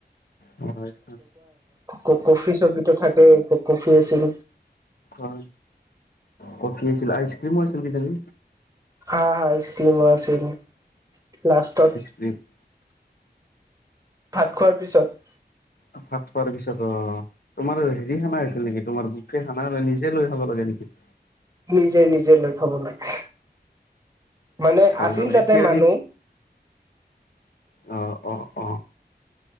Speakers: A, on the left (about 60°); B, on the right (about 20°).
A: হয়', হয়'।
B: ক কফি - চফিটো থাকেই, ক কফি আছিল।
A: হয়, কফি আছিল আইচক্ৰীমো আছিল কিজানি?
B: হা', আইছক্ৰিমো আছিল লাষ্টত।
A: <unintelligible>
B: ভাত খোৱাৰ পিছত।
A: অ ভাত খোৱাৰ পিছত। তোমাৰ হেৰি খানা হৈছিল নেকি তোমাৰ বুখে খানা নিজে লৈ খাব লাগে নেকি?
B: নিজে নিজে লৈ খাব লাগে মানে
A: ভাল
B: আছিল
A: নালাগে
B: তাতে
A: থিয়
B: মানুহ।
A: দি অ', অ', অ'।